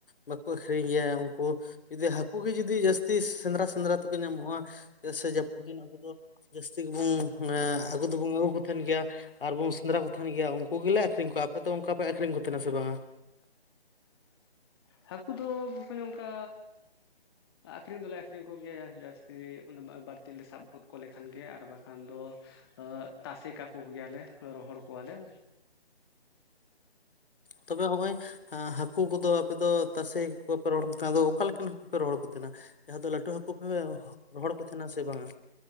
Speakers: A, on the left (about 55°); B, on the left (about 25°).
A: ᱵᱟᱠᱚ ᱟᱠᱷᱨᱤᱧ ᱜᱮᱭᱟ ᱩᱱᱠᱩ ᱡᱩᱫᱤ ᱦᱟᱹᱠᱩ ᱜᱮ ᱡᱩᱫᱤ ᱡᱟᱹᱥᱛᱤ ᱥᱮᱸᱫᱽᱨᱟ ᱥᱮᱸᱫᱽᱨᱟ ᱛᱮᱠᱚ ᱧᱟᱢᱚᱜᱼᱟ ᱪᱮᱫᱟᱜ ᱥᱮ ᱡᱟᱹᱯᱩᱫ ᱫᱤᱱ ᱟᱵᱚ ᱫᱚ ᱡᱟᱹᱥᱛᱤ ᱜᱮᱵᱚᱱ ᱟᱜᱩ ᱫᱚᱵᱚ ᱟᱹᱜᱩ ᱠᱚ ᱛᱟᱦᱮᱸᱱ ᱜᱮᱭᱟ ᱟᱨᱵᱚᱱ ᱥᱮᱸᱫᱽᱨᱟ ᱠᱚ ᱛᱟᱦᱮᱸᱱ ᱜᱮᱭᱟ ᱩᱱᱠᱩ ᱜᱮᱞᱮ ᱟᱠᱷᱨᱤᱧ ᱠᱚᱣᱟ ᱟᱯᱮ ᱫᱚ ᱚᱱᱠᱟ ᱯᱮ ᱟᱹᱠᱷᱨᱤᱧ ᱠᱚ ᱛᱟᱦᱮᱸᱱᱟ ᱥᱮ ᱵᱟᱝ
B: ᱦᱟᱹᱠᱩ ᱫᱚ ᱵᱚᱠᱚᱸᱧ ᱚᱝᱠᱟ ᱟᱠᱷᱨᱤᱧ ᱫᱚᱞᱮ ᱟᱠᱷᱨᱤᱧ ᱠᱚᱜᱮᱭᱟ ᱡᱟᱹᱥᱛᱤ ᱚᱱᱟ ᱵᱟᱹᱲᱛᱤ ᱞᱮ ᱥᱟᱵ ᱜᱚᱫ ᱠᱚᱞᱮ ᱵᱟᱠᱷᱟᱱ ᱜᱮ ᱟᱨ ᱵᱟᱠᱷᱟᱱ ᱫᱚ ᱛᱟᱥᱮ ᱠᱟᱠᱚ ᱜᱮᱭᱟᱞᱮ ᱨᱚᱦᱚᱲ ᱠᱚᱣᱟᱞᱮ ᱦᱮᱸ
A: ᱛᱚᱵᱮ ᱦᱚᱸᱚᱭ ᱦᱟᱹᱠᱩ ᱠᱚᱫᱚ ᱟᱯᱮ ᱫᱚ ᱛᱟᱥᱮ ᱠᱚ ᱯᱮ ᱨᱚᱦᱚᱲ ᱠᱚᱠᱷᱟᱱ ᱟᱫᱚ ᱚᱠᱟ ᱞᱮᱠᱟᱱ ᱦᱟᱹᱠᱩ ᱯᱮ ᱨᱚᱦᱚᱲ ᱠᱚ ᱛᱮ ᱱᱟᱜ ᱡᱟᱦᱟᱸ ᱫᱚ ᱞᱟᱹᱴᱩ ᱦᱟᱹᱠᱩ ᱯᱮ ᱨᱚᱦᱚᱲ ᱠᱚ ᱛᱟᱦᱮᱱᱟ ᱥᱮ ᱵᱟᱝᱟ